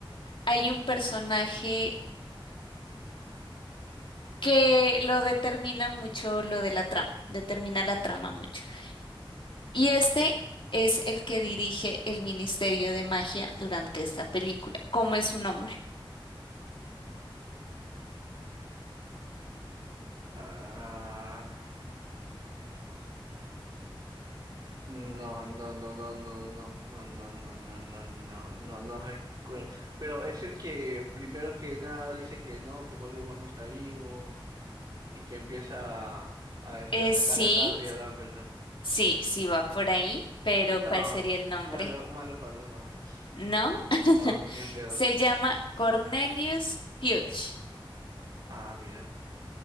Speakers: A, on the left; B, on the right.
A: hay un personaje que lo determina mucho lo de la trama, determina la trama mucho. Y este es el que dirige el Ministerio de Magia durante esta película. ¿Cómo es su nombre?
B: Ah, no, no, no, no, no, no, no, no, no, no, no, no, no, no recuerdo. Pero es el que primero que nada dice que no, que Voldemort no está vivo y que empieza a, a, este,
A: Eh,
B: atacar
A: sí.
B: a Harry y a Dumbledore.
A: Sí, sí va por ahí, pero
B: No,
A: ¿cuál sería el nombre?
B: malo, malo para los nombres.
A: No,
B: No, ni en pedo.
A: se llama Cornelius Fudge
B: Ah, mira,